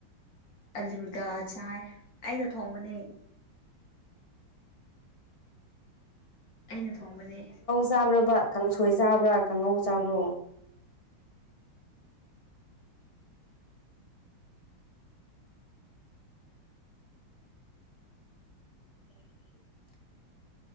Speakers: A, on the left (about 45°); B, on the left (about 20°).
A: ꯑꯂꯨꯒꯥ ꯆꯥꯏ ꯑꯩꯅ ꯊꯣꯡꯕꯅꯦ ꯑꯩꯅ ꯊꯣꯡꯕꯅꯦ
B: ꯆꯥꯕ꯭ꯔꯥꯕ ꯀꯥꯡꯁꯣꯏ ꯆꯥꯕ꯭ꯔꯥ ꯀꯥꯡꯉꯧ ꯆꯥꯕ꯭ꯔꯣ <inaudible>